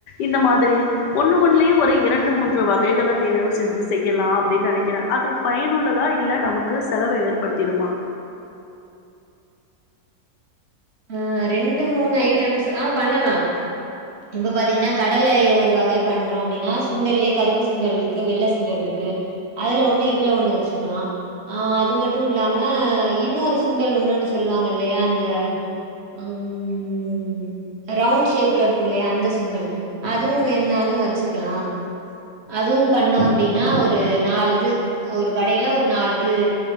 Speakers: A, on the left (about 80°); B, on the right (about 45°).
A: இந்த மாதிரி ஒண்ணு ஒண்ணுளியும் ஒரு இரண்டு மூன்று வகைகளை தேர்வு செஞ்சு செய்யலாம் அப்டின்னு நினைக்கிறேன் அது பயனுள்ளதா இல்ல நமக்கு செலவை ஏற்படுத்திடுமா
B: ஆ ரெண்டு மூணு ஐட்டம்ஸ் ஆ பண்ணலாம் இப்ப பாத்தீங்கன்னா கடலைய ஒரு வகை பண்றோம் அப்டின்னா சுண்டல்லயே கருப்பு சுண்டல் இருக்கு வெள்ளை சுண்டல் இருக்கு அதுல ஒண்ணு இதுல ஒண்ணு வச்சுக்கலாம் ஆ அது மட்டும் இல்லாம இன்னொரு சுண்டல் ஒண்ணுன்னு சொல்லுவாங்க இல்லையா அந்த அ ம் ரவுண்ட் ஷேப்ல இருக்கும்ல்லையா அந்த சுண்டல் அதுவும் வேனுனாலும் வச்சுக்கலாம் அதுவும் பண்ணோம் அப்டின்னா ஒரு நாலுது ஒரு கடையில ஒரு நாலது